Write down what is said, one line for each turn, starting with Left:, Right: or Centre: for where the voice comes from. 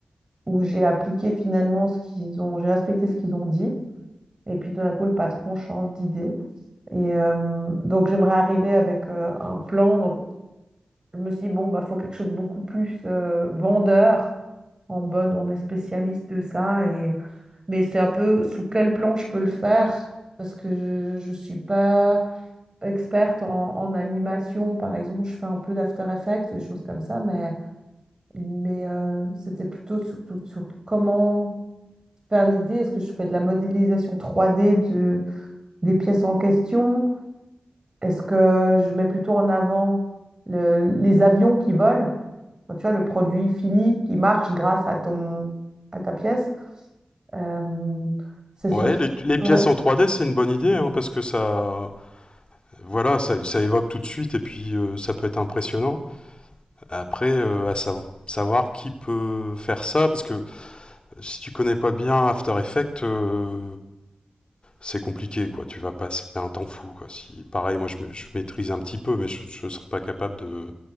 Right: où j'ai appliqué finalement ce qu'ils ont, j'ai respecté ce qu'ils ont dit, et puis tout d'un coup, le patron change d'idée. Et euh, donc, j'aimerais arriver avec euh, un plan. Donc, je me suis dit, bon, bah, faut quelque chose de beaucoup plus euh, vendeur, en mode on est spécialiste de ça mais c'est un peu sous quel plan je peux le faire, parce que je ne suis pas experte en, en animation. Par exemple, je fais un peu d'After Effects, des choses comme ça, mais, mais euh, c'était plutôt surtout sur comment faire l'idée. Est-ce que je fais de la modélisation 3D de- des pièces en question? Est-ce que je mets plutôt en avant le- les avions qui volent? Enfin, tu vois, le produit fini qui marche grâce à ton, à ta pièce. Euh, c'est sur...
Left: ouais les, les pièces
Right: Ouais.
Left: en 3D c'est une bonne idée hein, parce que ça voilà ça ça évoque tout de suite et puis euh, ça peut être impressionnant après euh, à sa- savoir qui peut faire ça parce que si tu connais pas bien After Effects euh, c'est compliqué, quoi. Tu vas passer un temps fou, quoi. Si, pareil, moi, je, ma- je maîtrise un petit peu, mais je, je serais pas capable de,